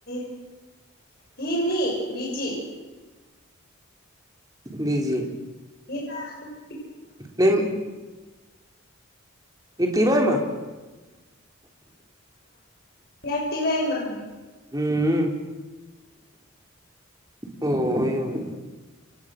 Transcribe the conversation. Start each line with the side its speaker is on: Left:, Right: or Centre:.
Left: <inaudible> <inaudible> હિ ની બીજી
Right: બીજી
Left: એ તો
Right: એમ. એ ટીવાય માં.
Left: હા ટવાય મા
Right: હમ. ઓ એવું.